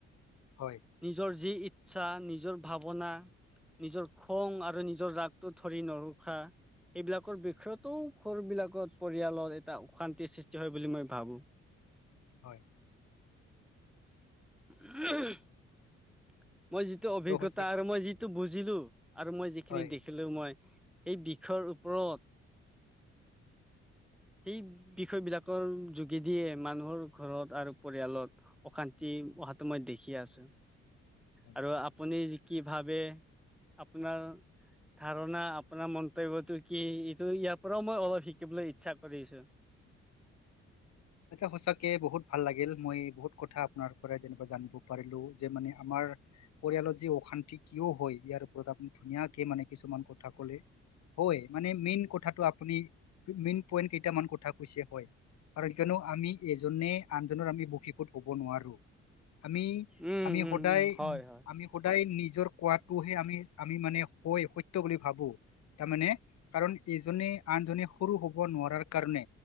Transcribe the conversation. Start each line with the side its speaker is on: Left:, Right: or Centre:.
Left: হয়
Centre: নিজৰ যি ইচ্ছা নিজৰ ভাৱনা নিজৰ খং আৰু নিজৰ ৰাগটো ধৰি নৰখা সেইবিলাকৰ বিষয়তো ঘৰুবিলাকত পৰিয়ালৰ এটা অশান্তিৰ সৃষ্টি হয় বুলি মই ভাবোঁ। <inaudible>
Left: হয়
Centre: উ মই যিটো অভিজ্ঞতা
Left: ত' সঁচা
Centre: আৰু মই যিটো বুজিলো আৰু মই যিখিনি
Left: হয় হয়
Centre: দেখিলো মই সেই বিষয়ৰ প্ৰত সেই বিষয় বিলাকৰ যোগেদিয়ে মানুহৰ ঘৰত আৰু পৰিয়ালত অশান্তি অহাটো মই দেখিয় আছো
Left: হয় হয় হয়
Centre: আৰু আপুনি কি ভাবে আপোনাৰ ধাৰণা আপোনাৰ মন্তব্যটো কি এইটো ইয়াৰ পৰাও মই অলপ শিকিবলৈ ইচ্ছা কৰিছো <inaudible>
Left: আচা সঁচাকে বহুত ভাল লাগিল মই বহুত কথা আপোনাৰ পৰাই যেনিবা জানিব পাৰিলো যে মানে আমাৰ পৰিয়ালত যি অশান্তি কিয় হয় ইয়াৰ ওপৰত আপুনি ধুনীয়াকে মানে কিছুমান কথা কলে মানে মেইন কথাটো আপুনি মেইন পইণ্ট কেইটামান কথা কৈছে হয় কাৰণ কিয়নো আমি এজনে আনজনৰ আমি বুখিপত ক'ব নোৱাৰোঁ আমি
Centre: উম
Left: আমি
Centre: উম
Left: সদায়
Centre: উম হয় হয়
Left: আমি সদায় নিজৰ কোৱাটোহে আমি আমি মানে হয় সত্য বুলি ভাবো তাৰ মানে কাৰণ ইজনে আনজনে সৰু হব নোৱাৰাৰ কাৰণে